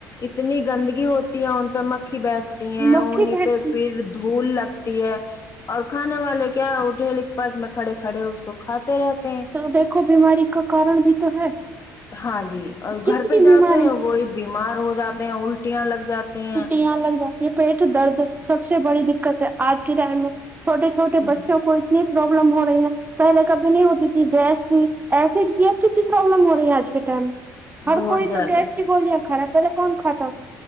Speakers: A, on the left (about 35°); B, on the right (about 20°).
A: اتنی گندگی ہوتی ہے ان پہ مکھی بیٹھتی ہیں انہیں
B: مکھی بیٹھتی
A: پہ پھر دھول لگتی ہے اور کھانے والے کیا وہ ٹل کے پاس میں کھڑے کھڑے اس کو کھاتے رہتے ہیں
B: تو دیکھو بیماری کا کارن بھی تو ہے
A: ہاں جی اور
B: کتنی
A: گھر پہ
B: بیماری
A: جاتے ہیں وہی بیمار ہو جاتے ہیں الٹیاں لگ جاتی ہیں
B: یہاں لگا یہ پیٹ درد سب سے بڑی دقت ہے آج کے ٹائم میں چھوٹے چھوٹے بچوں
A: جی
B: کو اتنی پروابلم ہو رہی ہے پہلے کبھی نہیں ہوتی تھی گیس تھی ایسڈ کیب کی کی پربلم ہو رہی ہے آج کے ٹائم میں ہر
A: بہت
B: کوئی
A: زیادہ
B: تو گیس کی گولیاں خراب پہے کون کات تھا